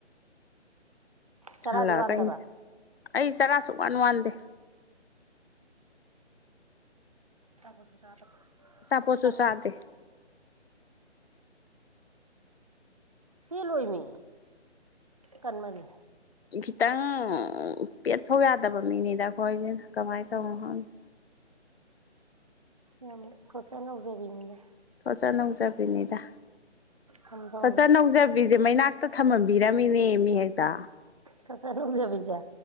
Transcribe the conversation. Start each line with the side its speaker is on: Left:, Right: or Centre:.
Right: ꯆꯔꯥꯗꯤ
Left: ꯍꯜꯂꯛꯑ
Right: ꯋꯥꯟꯗꯕ
Left: ꯑꯩ ꯆꯔꯥ ꯁꯨ ꯋꯥꯟ ꯋꯥꯟꯗꯦ
Right: ꯑꯆꯥꯄꯣꯠ ꯁꯨ ꯆꯗꯕ
Left: ꯑꯆꯥꯄꯣꯠꯁꯨ
Right: ꯑꯆ
Left: <inaudible> <inaudible>
Right: ꯄꯦꯠꯂꯣꯏꯃꯤ ꯀꯟꯃꯂꯦ
Left: ꯈꯤꯇꯪ ꯄꯦꯠꯐꯧ ꯌꯥꯗꯕ ꯃꯤꯅꯤꯗ ꯑꯩꯈꯣꯏꯁꯦ ꯀꯃꯥꯏꯅ ꯇꯧꯅꯣ
Right: ꯎꯝ
Left: ꯈꯪꯗꯦ
Right: ꯌꯥꯝ ꯁꯣꯠꯆ ꯅꯧꯖꯕꯤꯅꯤꯗ
Left: ꯊꯣꯠꯆꯥ ꯅꯧꯖꯕꯤꯅꯤꯗ
Right: ꯀꯝꯗꯧꯅꯤ
Left: ꯊꯣꯠꯆ ꯅꯧꯖ ꯕꯤꯖꯦ ꯃꯩꯅꯥꯛꯇ ꯊꯝꯃꯝꯕꯤꯔꯝꯃꯤꯅꯦꯃꯤ ꯍꯦꯛꯇ
Right: ꯊꯣꯠꯆꯥ ꯅꯧꯖꯕꯤꯖ